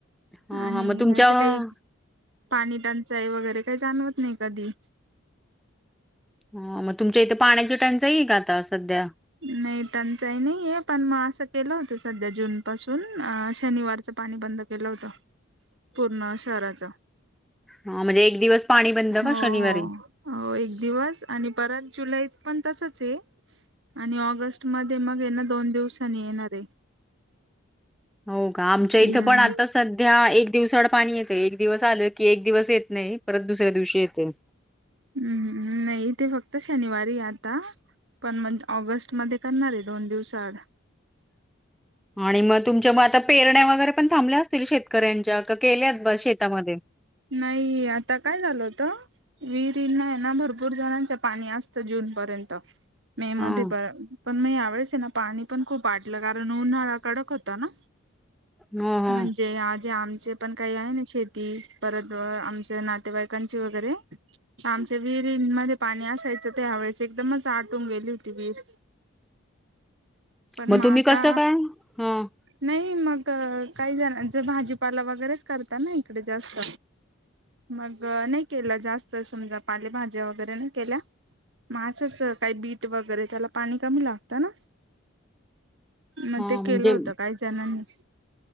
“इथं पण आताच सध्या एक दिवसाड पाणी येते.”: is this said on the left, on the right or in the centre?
Centre